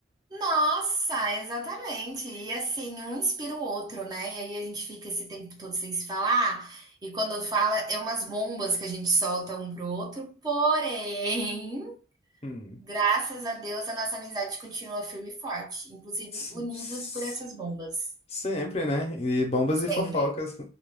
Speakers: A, on the right (about 20°); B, on the left (about 35°).
A: Nossa, exatamente. E assim, um inspira o outro, né? E aí a gente fica esse tempo todo sem se falar. E quando fala, é umas bombas que a gente solta um pro outro. Porém,
B: Hum.
A: <laughs> graças a Deus, a nossa amizade continua firme e forte, inclusive
B: S-
A: unidos
B: s-
A: por essas bombas.
B: Sempre, né? E bombas e
A: Sempre.
B: fofocas.